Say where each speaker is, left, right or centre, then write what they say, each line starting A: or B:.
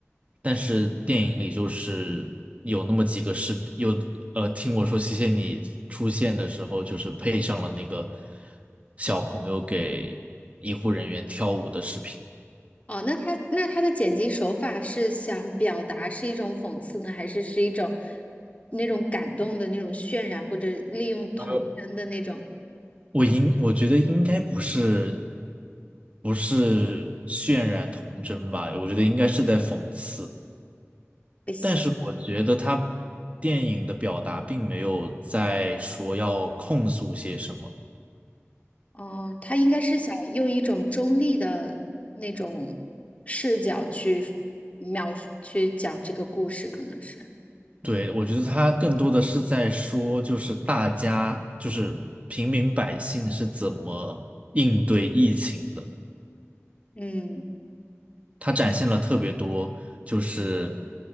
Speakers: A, on the right; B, on the left.
A: 但是电影里就是有那么几个视频，有呃，听我说谢谢你出现的时候，就是配上了那个小朋友给医护人员跳舞的视频。
B: 哦，那他那他的剪辑手法是想表达是一种讽刺呢，还是是一种那种感动的那种渲染，或者利用童真的那种
A: 呃，我应我觉得应该不是不是渲染童真吧，我觉得应该是在讽刺。
B: 被洗？
A: 但是我觉得他电影的表达并没有在说要控诉些什么，
B: 哦，他应该是想用一种中立的那种视角去描述、去讲这个故事，可能是，
A: 对，我觉得他更多的是在说，就是大家，就是平民百姓是怎么应对疫情的。
B: 嗯
A: 他展现了特别多，就是